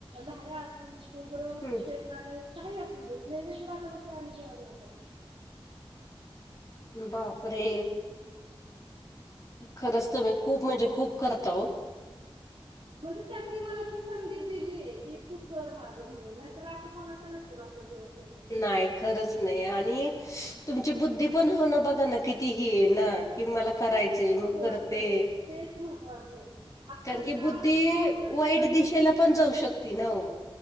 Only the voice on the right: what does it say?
लाह्या असो. खोबरं
शेंगंदाणे काही असूदे नैवेद्य दाखवल्या शिवाय आम्ही जेवण नाही करायचं.
म्हणजे त्यांनी मला ती स संधी दिलीय की तू कर माझं म्हणून नाहीतर असं कोणाच्या नशीबात येतंय हो करण.
तेच
महत्त्वाचं
आहे तेच महत्त्वाचं आहे. अक्षरशः
गुरुचरित्र